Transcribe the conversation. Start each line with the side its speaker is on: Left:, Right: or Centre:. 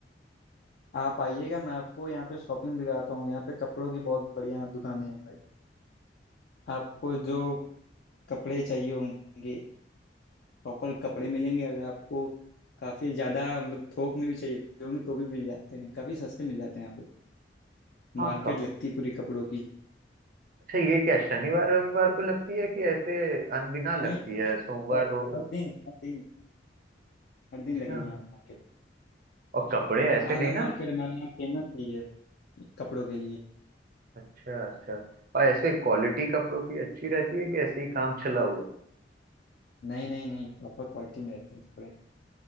Left: आप आइएगा मैं आपको यहाँ पे शॉपिंग भी कराता हूँ यहाँ पे कपड़ों की बहुत बढ़िया दुकानें हैं भाई आपको जो कपड़े चाहिए होंगे प्रॉपर कपड़े मिलेंगे अगर आपको काफ़ी ज़्यादा मतलब थोक में भी चाहिए होंगे तो भी मिल जाते हैं काफ़ी सस्ते मिल जाते हैं यहाँ पे
Right: हाँ
Left: मार्केट
Right: कब
Left: लगती है पूरी कपड़ों की
Right: अच्छा ये क्या शनिवार रविवार को लगती है कि ऐसे अनदिना लगती
Left: नहीं नहीं,
Right: है
Left: नहीं,
Right: सोमवार
Left: तो
Right: रो-
Left: हर दिन हर दिन हर
Right: अच्छा
Left: दिन लगेगी यहाँ पे मार्केट
Right: और कपड़े ऐसे
Left: आलम
Right: नहीं ना
Left: मार्केट हमारे यहाँ फेमस ही है कपड़ों के लिए
Right: अच्छा अच्छा और ऐसे क्वालिटी कपड़ों की अच्छी रहती है कि ऐसे ही काम चला हुआ है
Left: नहीं नहीं नहीं प्रॉपर क्वालिटी में रहते हैं कपड़े